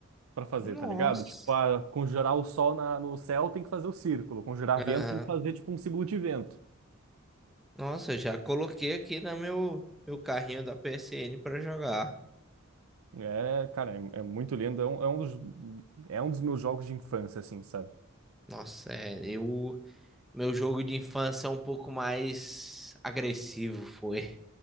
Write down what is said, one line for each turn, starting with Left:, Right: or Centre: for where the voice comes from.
Right: pra fazer,
Centre: Nossa.
Right: tá ligado? Tipo, ah, conjurar o sol na- no céu tem que fazer o círculo, conjurar vento
Centre: Aham.
Right: tem que fazer, tipo, um símbolo de vento.
Centre: Nossa, eu já coloquei aqui no meu, meu carrinho da PSN para jogar.
Right: É, cara, é, é muito lindo, é um, é um dos, é um dos meus jogos de infância, assim, sabe?
Centre: Nossa, é, eu, meu jogo de infância é um pouco mais agressivo, foi.